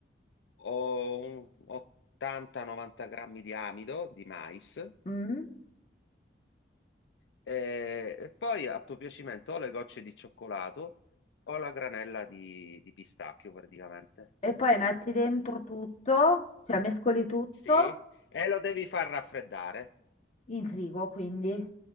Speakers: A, on the left (about 75°); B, on the left (about 40°).
A: o un 80-90 grammi di amido di mais,
B: Mm.
A: e, e poi a tuo piacimento o le gocce di cioccolato o la granella di, di pistacchio praticamente.
B: E poi metti dentro tutto, cioè mescoli tutto
A: Sì, e lo devi far raffreddare.
B: in frigo, quindi.